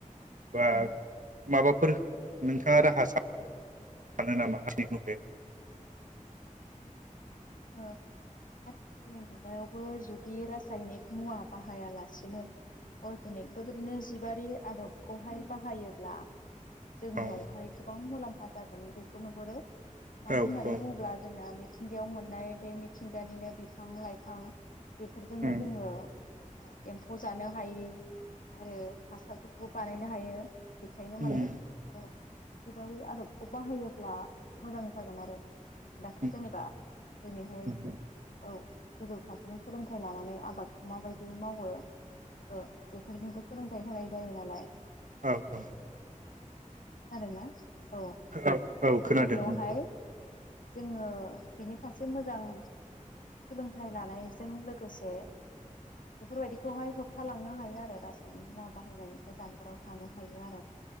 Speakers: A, on the right; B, on the left.
A: बा
B: ओं
A: माबाफोर नोंथाङा रा <unintelligible> <unintelligible>
B: ओ आथिखालनि मुगायावबो जुदि रासायनिक मुवा बाहायालासिनो अर्गेनिक बेबादिनो जिबारि आदबखौहाय बाहायोब्ला जोंनियावहाय
A: औ
B: गोबां मुलाम हा जागोन बेखौ नुहरो। मानो
A: औ
B: होननानै
A: औ
B: बुङोब्ला जोंना थिंगायाव मोन नाय बे मिथिंगानिनो बिफां लाइफां बेफोरजोंनो
A: उम
B: जोङो ओ एम्फौ जानो हायि आरो हासारफोरखौ बानायनो हायो। बेखायनो माने
A: उम
B: औ बेबादि आदबखौ बाहोयोब्ला मोजां जागोन आरो। दाथ
A: उम
B: जेनेबा दिनैहाय
A: उम
B: औ गोजौ थाखोनि सोलोंथाइ लानानै आबादखौ माबायदि मावो ओ बेफोरनिबो सोलोंथाइ होनाय जायो नालाय।
A: औ औ
B: खोनादोंना? औ
A: औ
B: दा
A: औ
B: बेफोरबायदियावहाय
A: खोनादों उम
B: जोङो बिनि फारसे मोजां सोलोंथाइ लानायजों लोगोसे बेफोरबायदिखौहाय होबथालांनो हायो आरो रासायनिक मुवा बाहायनायनिफ्राय जानगाराव थानो हायो आरो।